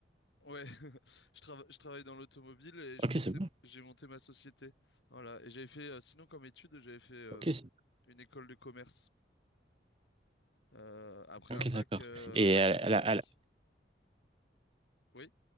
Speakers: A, on the left; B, on the right.
A: Ouais, <laughs> je, trava- je travaille dans l'automobile et j'ai
B: Ok,
A: monté,
B: c'est cool.
A: j'ai monté ma société. Voilà. Et j'avais fait, euh, sinon comme étude, j'avais fait euh,
B: Ok, c'est bon. Ok, c'est-
A: une école de commerce euh, après
B: bon.
A: un
B: ok,
A: bac,
B: d'accord.
A: euh,
B: Et
A: un bac
B: à,
A: économique.
B: à la, à la-
A: Oui